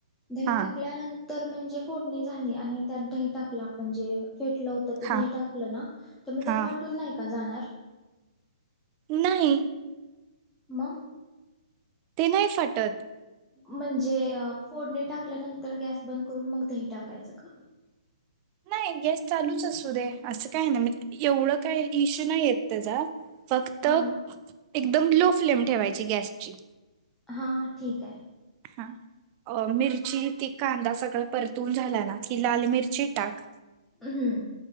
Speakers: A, in the centre; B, on the right (about 25°).
A: दही
B: हा
A: टाकल्यानंत तर म्हणजे फोडणी झाली आणि त्यात दही टाकला म्हणजे फेटलं होत ते
B: हा
A: दही टाकलं ना त्या म ते
B: हा
A: फाटून नाही जाणार
B: नाही
A: म
B: ते नाही फटत
A: म्हणजे फोडणी टाक टाकल्यानंतर गॅस बंद करून मग दही टाकायचं का
B: नाही गॅस चालूच असू दे असं काय ना मणजे एवढं काही इशू नाही य त्याचा फक्त
A: हा
B: एक एकदम लो फ्लेम ठेवायची गॅसची
A: हा ठीक आहे
B: हा मिरची ती कांदा सगळा परतून झाला ना की लाल मिरची टाक
A: अ हम